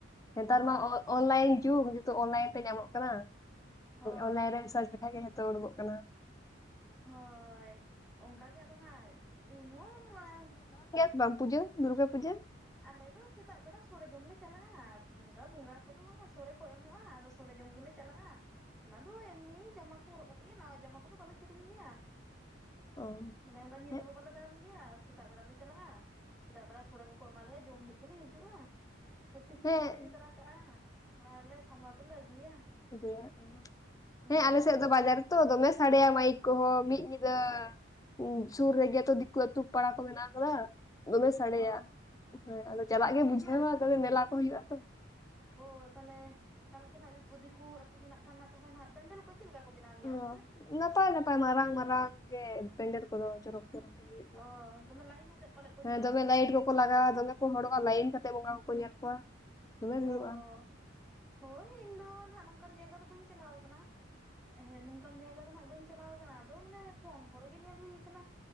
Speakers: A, on the left (about 20°); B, in the centre.
A: ᱱᱮᱛᱟᱨ
B: ᱦᱳᱭ
A: ᱢᱟ ᱚᱱᱞᱟᱭᱤᱱ ᱡᱩᱜᱽ ᱡᱷᱚᱛᱚ ᱚᱱᱞᱟᱭᱤᱱ ᱛᱮ ᱧᱟᱢᱚᱜ ᱠᱟᱱᱟ
B: ᱦᱳᱭ
A: ᱚᱱᱞᱟᱭᱤᱱ ᱨᱮᱢ ᱥᱟᱨᱪ ᱞᱮᱠᱷᱟᱱ ᱜᱮ ᱛᱚ ᱟ. ᱨᱩᱵᱚᱜ ᱠᱟᱱᱟ
B: ᱦᱳᱭ ᱚᱱᱠᱟᱜᱮ ᱟᱫᱚ ᱱᱟᱦᱟᱜ ᱤᱧᱦᱚᱸ <unintelligible>
A: ᱵᱟᱢ ᱯᱩᱡᱟᱹ ᱫᱩᱨᱜᱟ ᱯᱩᱡᱟᱹ
B: ᱟᱞᱮ ᱫᱚ ᱥᱮᱛᱟᱜ ᱵᱮᱲᱟ ᱥᱚᱲᱮ ᱡᱚᱢ ᱞᱮ ᱪᱟᱞᱟᱜᱼᱟ ᱚᱱᱠᱟ ᱵᱚᱸᱜᱟ ᱠᱚ ᱫᱚ ᱵᱟᱝᱟ ᱥᱚᱲᱮ ᱠᱚ ᱮᱢᱚᱜᱼᱟ ᱟᱫᱚ ᱥᱚᱲᱮ ᱡᱚᱢ ᱜᱮ ᱞᱮ ᱪᱟᱞᱟᱜᱼᱟ ᱚᱱᱟ ᱫᱚ ᱮᱢᱱᱤ ᱡᱟᱢᱟ ᱠᱚ ᱦᱚᱨᱚᱜ ᱠᱟᱛᱮ ᱜᱮ ᱱᱟᱣᱟ ᱡᱟᱢᱟ ᱠᱚ ᱫᱚ ᱵᱟᱞᱮ ᱠᱤᱨᱤᱧ ᱜᱮᱭᱟ
A: ᱚ
B: ᱢᱟᱱᱮ ᱚᱱᱠᱟ ᱧᱤᱫᱟᱹ
A: ᱦᱮᱸ
B: ᱦᱚᱸ ᱵᱟᱞᱮ ᱫᱟᱬᱟᱱ ᱜᱮᱭᱟ ᱥᱮᱛᱟᱜ ᱵᱮᱲᱟ ᱞᱮ ᱪᱟᱞᱟᱜᱼᱟ ᱥᱮᱛᱟᱜ ᱵᱮᱲᱟ ᱥᱚᱲᱮ ᱠᱚ ᱠᱚ ᱮᱢᱟᱞᱮᱭᱟ ᱡᱚᱢ ᱵᱤᱜ ᱛᱮᱞᱮ ᱦᱤᱡᱩᱜᱼᱟ ᱴᱤᱯᱷᱤᱱ
A: ᱦᱮᱸ
B: ᱠᱚᱞᱮ ᱤᱫᱤᱛᱟᱨᱟ ᱠᱟᱜ ᱟ ᱚᱱᱟ ᱨᱮᱞᱮ ᱥᱟᱵᱟᱣ ᱛᱮᱞᱮ ᱟᱹᱜᱩᱭᱟ
A: ᱟᱜᱩᱭᱟ
B: ᱦᱳᱭ
A: ᱦᱮᱸ ᱟᱞᱮ ᱥᱮᱫ ᱫᱚ ᱵᱟᱡᱟᱨ ᱛᱚ ᱫᱚᱢᱮ ᱥᱟᱰᱮᱭᱟ ᱢᱟᱭᱤᱠ ᱠᱚᱦᱚᱸ ᱢᱤᱫ ᱧᱤᱫᱟᱹ ᱩᱸ ᱥᱩᱨ ᱨᱮᱜ ᱛᱚ ᱫᱤᱠᱩ ᱟ. ᱛᱩ ᱯᱟᱲᱟ ᱠᱚ ᱢᱮᱱᱟᱜ ᱠᱟᱫᱟ ᱫᱚᱢᱮ ᱥᱟᱲᱮᱭᱟᱜ
B: ᱚ
A: ᱦᱮᱸ ᱟᱫᱚ ᱪᱟᱞᱟᱜ ᱜᱮ
B: ᱪᱮᱫ
A: ᱵᱩᱡᱷᱟᱹᱣᱟ
B: ᱢᱟᱱᱮ
A: ᱫᱚᱢᱮ ᱢᱮᱞᱟ ᱠᱚ ᱦᱩᱭᱩᱜ ᱟ ᱛᱚ
B: ᱚ ᱛᱟᱦᱚᱞᱮ ᱛᱟᱦᱚᱞᱮ ᱛᱚ ᱟᱜ ᱫᱤᱠ ᱫᱤᱠᱩ ᱟᱹᱛᱩ ᱢᱮᱱᱟᱜ ᱠᱷᱟᱱ ᱛᱚᱞᱮ ᱯᱮᱱᱰᱮᱞ ᱠᱚ ᱪᱮᱫ ᱞᱮᱠᱟ ᱠᱚ ᱵᱮᱱᱟᱣ ᱜᱮᱭᱟ
A: ᱦᱚᱸ
B: ᱚᱱᱛᱮ
A: ᱱᱟᱯᱟᱭ ᱱᱟᱯᱟᱭ ᱢᱟᱨᱟᱝ ᱢᱟᱨᱟᱝ ᱜᱮ <unintelligible> ᱜᱮᱭᱟ
B: ᱚᱻ ᱫᱚᱢᱮ ᱞᱟᱭᱤᱱ ᱟᱛᱮᱫ ᱯᱟᱞᱮᱫ ᱠᱚ ᱧᱮᱞᱟ
A: ᱦᱮᱸ ᱫᱚᱢᱮ ᱞᱟᱭᱤᱴ ᱠᱚᱠᱚ ᱞᱟᱜᱟᱣᱟ ᱫᱚᱢᱮ ᱠᱚ ᱦᱚᱲᱚᱜᱼᱟ ᱞᱟᱭᱤᱱ ᱠᱟᱛᱮ ᱵᱚᱸᱜᱟ ᱠᱚᱠᱚ ᱧᱮᱞ ᱠᱚᱣᱟ ᱫᱚᱢᱮ
B: ᱚ
A: ᱵᱷᱤᱲᱚᱜᱼᱟ
B: ᱦᱳᱭ ᱤᱧ ᱫᱚ ᱱᱟᱜ ᱱᱚᱝᱠᱟᱱ ᱡᱟᱭᱜᱟ ᱫᱚ ᱵᱟᱹᱧ ᱪᱟᱞᱟᱣ ᱠᱟᱱᱟ ᱦᱮᱸ ᱱᱚᱝᱠᱟᱱ ᱡᱟᱭᱜᱟ ᱫᱚ ᱱᱟᱜ ᱵᱟᱹᱧ ᱪᱟᱞᱟᱣ ᱠᱟᱱᱟ ᱟᱫᱚ ᱢᱟᱱᱮ ᱯᱷᱳᱱ ᱠᱚᱨᱮ ᱜᱮ ᱧᱮᱞ ᱦᱩᱭ ᱠᱟᱱᱟ